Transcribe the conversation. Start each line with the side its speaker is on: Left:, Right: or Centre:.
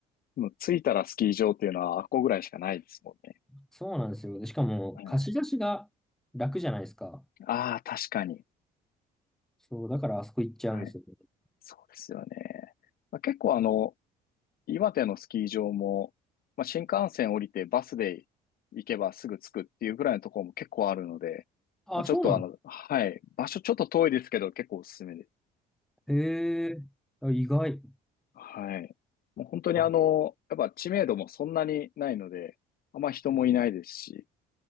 Left: もう着いたらスキー場っていうのはあっこぐらいしかないですもんね。
Centre: そうなんですよ。でしかも、
Left: はい、
Centre: 貸し出しが楽じゃないですか。
Left: ああ、確かに。
Centre: そう、だからあそこ行っちゃうんですよね。
Left: はい。そうですよね。まあ、結構あの、岩手のスキー場も、まあ、新幹線降りてバスで行けばすぐ着くっていうぐらいのところも結構あるので、
Centre: あ、
Left: まあ、ちょっとあの、
Centre: そうなんだ。
Left: はい、場所ちょっと遠いですけど結構おすすめです。
Centre: ええあ、意外。
Left: はい。もう本当にあの、
Centre: あ、
Left: やっぱ知名度もそんなにないので、あんま人もいないですし、